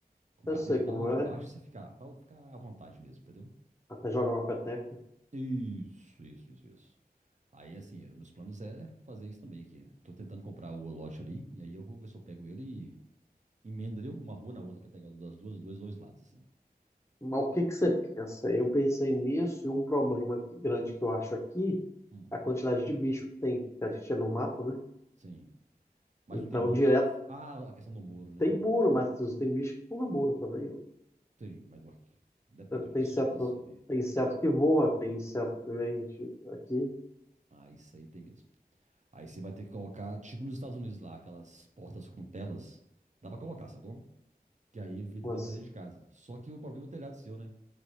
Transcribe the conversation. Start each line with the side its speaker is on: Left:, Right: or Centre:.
Right: com
Left: Eu
Right: cadeira
Left: sei
Right: e
Left: como
Right: tal, e debaixo
Left: é.
Right: você fica lá, pra ficar lá à vontade mesmo, entendeu?
Left: Até joga uma peteca.
Right: Isso, isso, isso, isso. Aí, assim, meus planos é fazer isso também aqui. Tô tentando comprar o lote ali, e aí eu vou ver se eu pego ele e emenda ali uma rua na outra, que eu quero pegar das duas, dos dois lados, assim.
Left: Mas
Right: Só-
Left: o que que você pensa? Eu pensei nisso e um problema que- grande que eu acho aqui
Right: Hum,
Left: é a quantidade de bicho que tem. que A gente é no mato, né?
Right: sim. Mas
Left: Então,
Right: não tem muro.
Left: direto
Right: você não- Ah, a questão do muro, né?
Left: tem muro, mas tem bicho que pula muro também.
Right: Tem, mas vai- depende, vai,
Left: Tem
Right: su-
Left: inseto,
Right: vai subir.
Left: tem inseto que voa, tem inseto que vem de- aqui.
Right: Ah, isso aí tem mesmo. Aí você vai ter que colocar, tipo nos Estados Unidos lá, aquelas portas com telas. Dá pra colocar, sacou? Que aí evita
Left: Mas,
Right: de entrar dentro de casa. Só que o problema é o telhado seu, né?